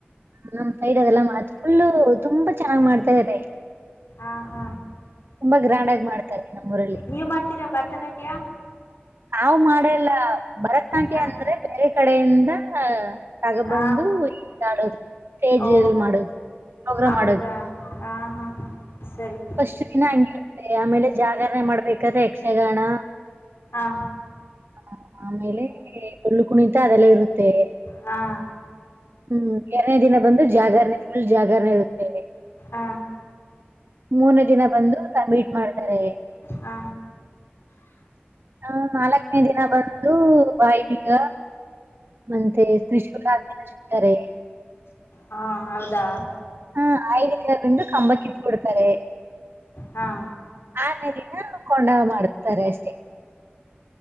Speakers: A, on the right (about 65°); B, on the left (about 75°).
A: ನಮ್ ಸೈಡ್ ಅದೆಲ್ಲಾ ಮಾತ್ ಫುಲ್ಲು ತುಂಬಾ ಚೆನ್ನಾಗ್ ಮಾಡ್ತಾರೆ.
B: ಆ ಹ
A: ತುಂಬಾ ಗ್ರ್ಯಾಂಡ್ ಆಗಿ ಮಾಡ್ತಾರೆ. ನಮ್ಮೂರಲ್ಲಿ
B: ನೀವ್ ಮಾಡ್ತೀರಾ ಬರ್ ರ್ತ ನಾಟ್ಯ
A: ನಾವ್ ಮಾಡಲ್ಲ. ಭರತ್ ನಾಟ್ಯ
B: ಹ
A: ಅಂದ್ರೆ ಬೇರೆ ಕಡೆಯಿಂದ ತಗ
B: ಹ
A: ಬಂದು ಇಲ್ಲಿ ಆಡೋದು ಸ್ಟೇಜ್
B: ಓ
A: ಅಲ್ಲಿ ಮಾಡೋದು ಪ್ರೋಗ್ರಾಮ್
B: ಹೌದಾ
A: ಮಾಡೋದು.
B: ಹಾ ಹಾ ಸರಿ
A: ಫಸ್ಟ್ ದಿನ ಹಂಗಿರುತ್ತೆ ಆಮೇಲೆ ಜಾಗರಣೆ ಮಾಡ್ಬೇಕದ್ರೆ ಯಕ್ಷಗಾನ
B: ಹಾ
A: ಹ ಆಮೇಲೆ ಡೊಳ್ಳು ಕುಣಿತಾ ಅದೆಲ್ಲ ಇರುತ್ತೆ.
B: ಹಾ
A: ಹ್ಮ್ ಎರನೇ ದಿನ ಬಂದು ಜಾಗರಣೆ ಫುಲ್ ಜಾಗರಣೆ ಇರುತ್ತೆ.
B: ಹ
A: ಮೂರ್ನೇ ದಿನ ಬಂದು ತಂಬಿಟ್ ಮಾಡ್ತಾರೆ.
B: ಆ
A: ಆ ನಾಲ್ಕನೇ ದಿನ ಬಂದು ಬಾಯಿಬೀಗ ಮತ್ತೆ ತ್ರಿಶೂಲ ಆ ದಿನ ಸಿಗ್ತಾರೆ.
B: ಹಾ ಹೌದಾ
A: ಹಾ ಆಯ್ದಕ್ಕೆ ಬಿಂದು ಕಂಬ ಕಿತ್ಬಿಡ್ತಾರೆ.
B: ಹಾ
A: <unintelligible> ದಿನ್ ನ ಕೊಂಡ ಮಾಡ್ತಾರೆ ಅಷ್ಟೇ.